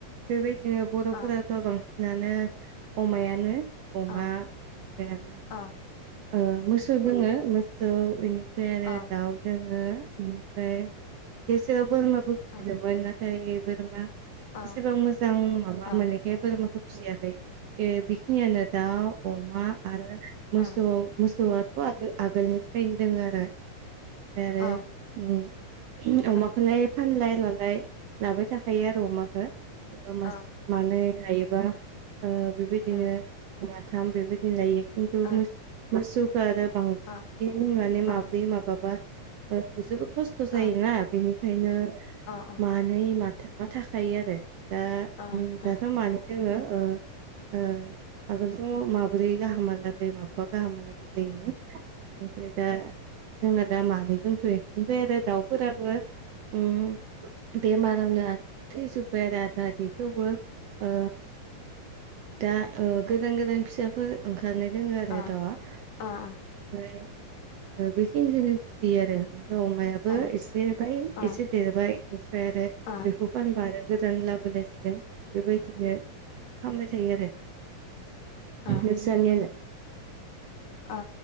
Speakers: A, on the right (about 80°); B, on the left (about 55°).
A: बेबायदि बिदिनो बरफोराथ‌
B: ओ
A: बांसिन नानो अमायानो। अमा
B: ओ
A: ओमफ्राय आरो
B: ओ
A: ओ मोसौ दोङो। <unintelligible> मोसौ इनिफ्राय ओमफ्राय आरो
B: ओ
A: दाउ दोङो ओमफ्राय गेजेराव बोरमाबो फिसिदोंमोन
B: ओ
A: नाथाय दायो बोरमा।
B: ओ
A: एसेबां मोजां माबा
B: ओ
A: मोनिखाय बोरमाखो बुजियाखै ए बि बिखिनियानो दाउ अमा आरो। मोसौ
B: आ।
A: मोसौआथ आगोल आगोलनिफ्रायनो दोङो आरो बिनिफ्राय आरो
B: ओ
A: ओम। होम अमाखोलाय।
B: ओ
A: फानलाय लालाय लाबाय थाखा थायो आरो अमाखो मासे
B: ओ
A: मानै हायोबा। ओ बेबायदिनो।
B: उम
A: माथाम बेबायदिनो लायो। खिन्थु
B: ओ
A: मोसौ। मोसौ <unintelligible> आरो बांसिन
B: ओ
A: माने माब्रै
B: ओ
A: माबा बा <unintelligible> खस्थ जायोना
B: ओ
A: बेनिखायनो
B: ओ
A: मानै माथ मा थाखायो आरो। दा
B: ओ
A: ओम दाथ मानै दोङो ओ ओ आगोल <unintelligible> माब्रै गाहाम हालागै माब माबा गाहाम हालागै जायोमोन ओमफ्राय दा जोंहा दा मानै दोंथयो ओमफ्राय आरो दाउफोराबो ओम बेमारावनो थैजोबाय आरो आधा आधि थेवबो ओ दा ओ गोदान गोदान फिसाफोर ओंखारनाय दोङो
B: ओ
A: दावा ओमफ्राय
B: ओ ओ
A: ओ बेै खिनिखौनो फिसियो आरो ओमफ्राय अमायाबो
B: ओ
A: एसे बाय
B: ओ
A: एसे देरबाय इनिफ्राय आरो
B: ओ
A: बेखौ फानबा आरो गोदान लाबोलायसिगोन। बेबायदिनो फानबाय थायो आरो
B: ओ
A: नोसानियालाय?
B: ओ